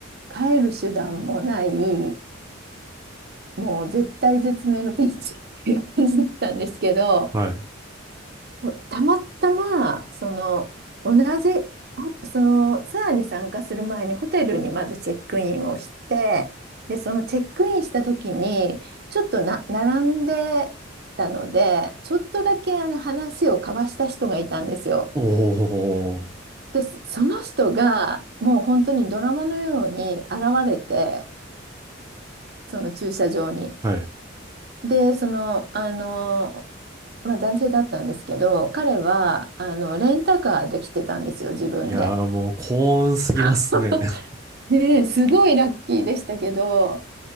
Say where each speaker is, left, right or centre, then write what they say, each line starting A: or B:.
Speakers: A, on the right; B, on the right.
A: 帰る手段もない、もう絶対絶命のピンチっていう感じだったんですけど、
B: はい。
A: もうたまたま、その、同じ、ほそのツアーに参加する前にホテルにまずチェックインをして、で、そのチェックインした時に、ちょっとな、並んでたので、ちょっとだけあの話を交わした人がいたんですよ。
B: おお、
A: で、そその人がもう本当にドラマのように現れて、その駐車場に。
B: はい。
A: で、その、あの、まあ、男性だったんですけど、彼は、あの、レンタカーで来てたんですよ、自分で。
B: いやーもう幸運すぎますね。
A: <laughs>
B: <laughs>
A: で、すごいラッキーでしたけど、